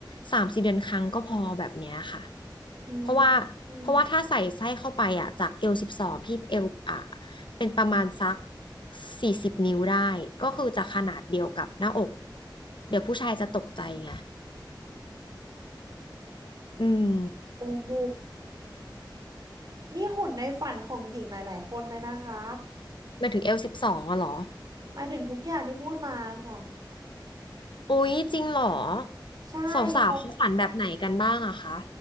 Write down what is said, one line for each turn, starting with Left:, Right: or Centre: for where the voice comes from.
Left: สามสี่เดือนครั้งก็พอแบบเนี้ยค่ะ
Right: อืม
Left: เพราะว่าเพราะว่าถ้าใส่ไส้เข้าไปอ่ะจากเอลสิบสองพี่เอลอ่ะ
Right: อืม
Left: เป็นประมาณสักสี่สิบนิ้วได้ก็คือจะขนาดเดียวกับหน้าอกเดี๋ยวผู้ชายจะตกใจไงอืม
Right: โอ้โหนี่หุ่นในฝันของหญิงหลายๆคนเลยนะคะ
Left: หมายถึงเอลสิบสองอะเหรอ
Right: หมายถึงทุกอย่างที่พูดมาค่ะ
Left: โอ้ยจริงเหรอ
Right: ใช่ตอง
Left: สาวๆเขาฝันแบบไหนกันบ้างอะคะ